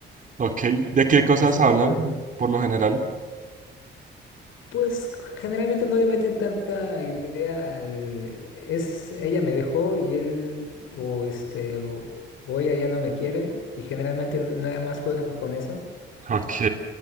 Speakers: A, on the right; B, on the left.
A: ok. ¿De qué cosas
B: ese
A: hablan
B: tipo de...
A: por lo general?
B: Pues generalmente no le meten tanta idea al- es ella me dejó y él o este o, o ella ya no me quiere y generalmente n- nada más juegan con eso.
A: Ok.